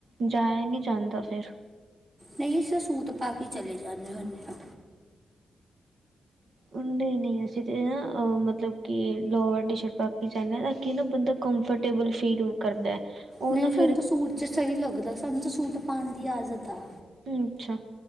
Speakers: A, on the right (about 65°); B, on the right (about 35°).
A: ਜਾ ਨੀ ਜਾਂਦਾ ਫਿਰ,
B: ਨਹੀਂ ਅ ਸੂਟ ਪਾ ਕੇ ਚਲੇ ਜਾਂਦੇ ਹੁੰਦੇ ਹਾਂ।
A: ਨਹੀਂ, ਨਹੀਂ ਅਸੀਂ ਤੇ ਨਾ ਮਤਲਬ, ਕਿ ਲਵ ਟੀ ਸ਼ਰਟ ਪਾ ਕੇ ਚਾਹੁੰਦੇ ਹਾਂ ਤਾਂ ਕਿ ਨਾ ਬੰਦਾ। ਕੰਫਰਟੇਬਲ ਫੀਲ ਕਰਦਾ। ਉਹ
B: ਨਹੀਂ
A: ਨਾ ਫਿਰ
B: ਸਾਨੂੰ ਤਾਂ ਸੂਟ ਚ ਸਹੀ ਲੱਗਦਾ, ਸਾਨੂੰ ਤਾਂ ਸੂਟ ਪਾਉਣ ਦੀ ਆਜਤ ਆ।
A: ਅੱਛਾ,